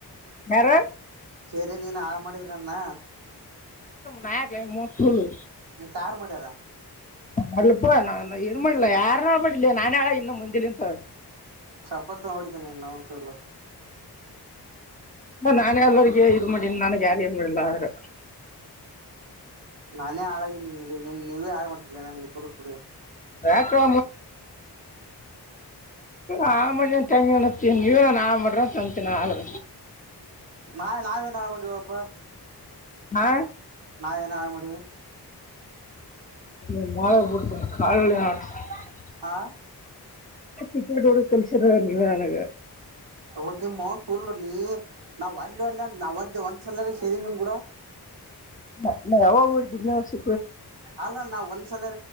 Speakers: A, on the left (about 20°); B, on the right (about 80°).
A: ಯಾರ
B: ಸರಿ ನೀನ್ ಆರಾಮ ಮಾಡಿದ ನ್ನ
A: ನಾಯಕ ಮೂ ಸುಳ್ಳು
B: ಮತ್ ಯಾರ್ ಮಾಡ್ಯಾರ
A: ಮಾಡೀಲಪ್ಪ ಏನು ಮಾಡಿಲ್ಲ ಯಾರು ನಲಿಲ್ಲ ನಾನ್ ಹೇಳಾ ಇನ್ನು ಮುಂದಲಿ ಅಂತ
B: ಚಪ್ಪಲ್ ಆಡಿಿದ್ದನೆ ನಂತೂರ್ಲ
A: ನಾನೇ ಎಲ್ಲರ್ಗ ಇದ್ ಮಾಡನ ನನ್ಗೆ ಯಾರು ಇದ ಮಾಡಿಲ್ಲ ಆದ್ರ
B: ನಾನೇ ಹಾಳಾಗಿ ನಿಮ ನೀವೇ ಹಾಳ್ ಮಾಡತಿದರ್ಲ ನಾನನ್ ಇಬ್ಬರು ಕುೂಡಿ
A: ಯಕ <inaudible> ಆ ಮಾಡಿನ್ ತಂಗಿ ಅತ್ತಿ ನೀವ ನಾನು ಆ ಮಾಡ್ರಂತ ಅಂತೀನ ಆ್ರ
B: ನಾ್ ನಾವೇನ್ ಮಾಡ ಮಾಡವಳಪ್ಪ
A: ಹಾ
B: ನಾವ ಏನ ಆ ಮಾಡೀವಿ
A: ಇ ಮಾಳೆ ಬಡ್ತ ಕಾಲ ಯಾರ <unintelligible>
B: ಹಾ
A: ಸಿಟೋಡು ಕಲ್ಸರ ನೀವ ನನಗ
B: ಒದ ಮನ್ ತುರಲ ನೀ <unintelligible> ನಾವು ವಾಲ್ಯೂ ಅಲ್ಲ ನಾವು ಒಂದು ಒಂದು ಸಲ ಸರಿ ನಿಮ್ಮ ಕೂಡ
A: ಹ ಯಾವಾಗ ಊ <unintelligible> ರ್ಿದ್ ನ ಸಿ
B: ಅಲ್ಲ ನಾವ್ ಒಂದ